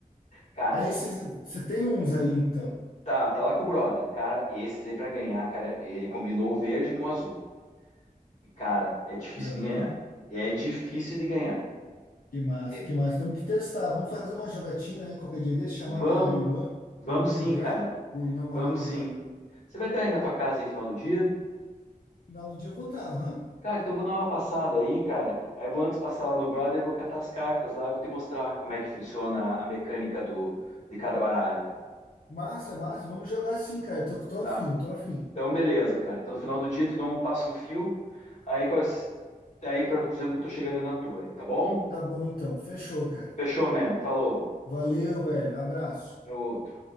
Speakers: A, on the left (about 50°); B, on the left (about 75°).
A: Cara,
B: é esses, você tem uns aí então.
A: tá, tá lá com o brother. Cara, esses aí pra ganhar, cara, ele combinou o verde com o azul. E, cara, é difícil
B: Aham.
A: de ganhar. É difícil de ganhar
B: Que massa,
A: dele.
B: que massa. Temos que testar. Vamos fazer uma jogatina aí qualquer dia desse, chamar
A: Vamos,
B: minha irmã,
A: vamos
B: um amigo
A: sim,
B: dela,
A: cara.
B: o namorado
A: Vamos sim.
B: dela.
A: Você vai estar aí na tua casa aí final do dia?
B: Final do dia eu vou estar, aham.
A: Cara, então eu vou dar uma passada aí, cara. Aí eu vou antes passar lá no brother, eu vou catar as cartas lá, eu vou te mostrar como é que funciona a mecânica do, de cada baralho,
B: Massa, massa. Vamos jogar sim, cara. Tô, tô
A: tá?
B: afim, tô afim.
A: Então, beleza, cara. Então, no final do dia, eu te dou um passo um fio, aí, com esses- aí pra, dizendo que eu tô chegando na tua aí, tá bom?
B: Tá bom então. Fechou, cara.
A: Fechou, man. Falou.
B: Valeu, velho. Abraço.
A: É outro.